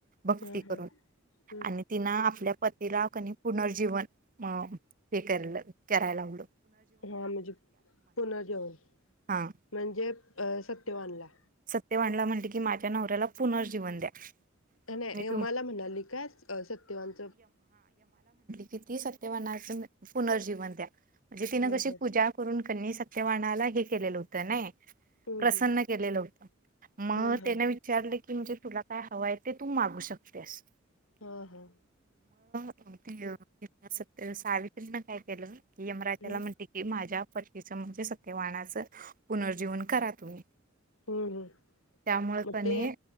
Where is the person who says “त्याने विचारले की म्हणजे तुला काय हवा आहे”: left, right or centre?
Right